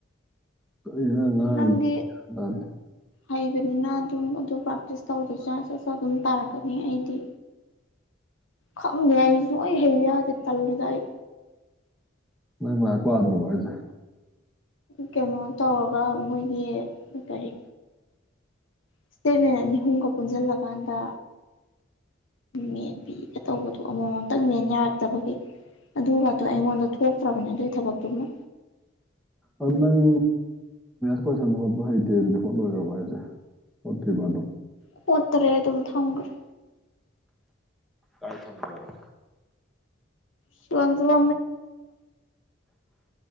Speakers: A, in the centre; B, on the left.
A: ꯀꯔꯤꯅꯣ ꯅꯪ ꯉꯥꯡꯏꯁꯤ
B: ꯅꯪꯗꯤ
A: ꯒ꯭ꯌꯥꯟ ꯇꯥꯗꯦ
B: ꯍꯩꯕꯅꯤꯅ ꯑꯗꯨꯝ ꯑꯗꯨ ꯄ꯭ꯔꯥꯛꯇꯤꯁ ꯇꯧꯗ꯭ꯔꯁꯨ ꯁꯠ ꯁꯠ ꯑꯗꯨꯝ ꯇꯥꯔꯛꯀꯅꯤ ꯑꯩꯗꯤ ꯈꯪꯗꯦ ꯑꯩꯁꯨ ꯁꯨꯛꯍꯩ ꯍꯩꯌꯨ ꯌꯥꯗꯦ ꯇꯟꯂꯤꯗ ꯑꯩ
A: ꯅꯪ ꯂꯥꯏꯔꯤꯛ ꯄꯥꯗ꯭ꯔꯕꯣ ꯍꯥꯏꯁꯦ
B: ꯀꯩꯅꯣ ꯇꯧꯔꯒ ꯃꯣꯏꯒꯤ ꯀꯔꯤ ꯏꯁꯇꯦꯠꯃꯦꯟ ꯑꯅꯤ ꯑꯍꯨꯝꯒ ꯄꯨꯟꯁꯤꯜꯂꯀꯥꯟꯗ ꯃꯦꯟꯕꯤꯒ ꯇꯧꯕꯗꯣ ꯑꯃꯃꯝꯇꯪ ꯃꯦꯟꯌꯥ ꯇꯕꯒꯤ ꯑꯗꯨꯒꯗꯣ ꯑꯩꯉꯣꯟꯗ ꯊꯣꯛ ꯊꯣꯛꯇꯔꯕꯅꯤ ꯑꯗꯨꯏ ꯊꯕꯛ ꯇꯨꯃ
A: ꯑꯗꯨ ꯅꯪ ꯐꯣꯏꯁꯟ ꯍꯣꯠꯄ ꯍꯩꯇꯦ ꯑꯗꯨꯗꯤ ꯍꯣꯠꯂꯣꯏꯒ꯭ꯔꯕ ꯍꯥꯏꯁꯦ ꯍꯣꯠꯇ꯭ꯔꯤꯕ ꯑꯗꯨꯝ
B: ꯍꯣꯠꯇ꯭ꯔꯦ ꯑꯗꯨꯝ ꯊꯝꯒ꯭ꯔꯦ
A: ꯀꯥꯏ ꯊꯝꯒ꯭ꯔꯕ
B: ꯇꯦꯕꯜꯗꯣ